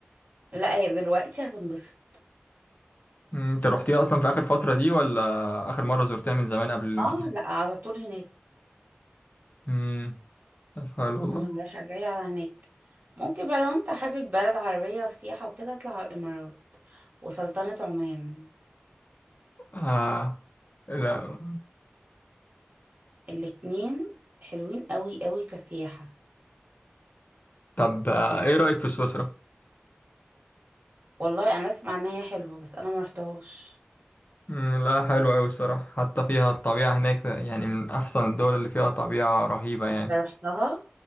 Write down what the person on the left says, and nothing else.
مم، انت رحتيها اصلا في اخر فتره دي ولا اخر مره زرتها من زمان قبل الانفتاح
امم طب حلو والله
آه لا
طب آه، ايه رايك في سويسرا
مم، لا حلو قوي الصراحه حتى فيها الطبيعه هناك يعني من احسن الدول اللي فيها طبيعه رهيبه يعني